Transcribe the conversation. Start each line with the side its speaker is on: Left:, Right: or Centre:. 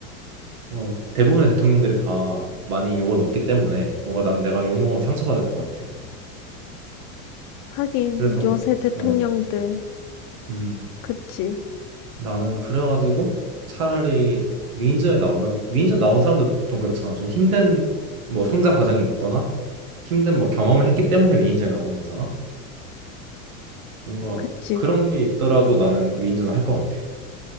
Right: 어, 대부분의 대통령들이 다 많이 욕을 먹기 때문에 뭔가 난 내가 욕먹으면 상처받을 것 같아.
Left: 하긴
Right: 그래서
Left: 요새 대통령들
Right: 어, 음,
Left: 그치,
Right: 나는 그래가지고 차라리 위인전에 나오면 위인전 나온 사람들 보통 그렇잖아. 좀 힘든 뭐 성장 과정이 있거나 힘든 뭐 경험을 했기 때문에 위인전에 나오는 거잖아. 뭔가
Left: 그치.
Right: 그런 게 있더라도 나는 위인전을 할 것 같아.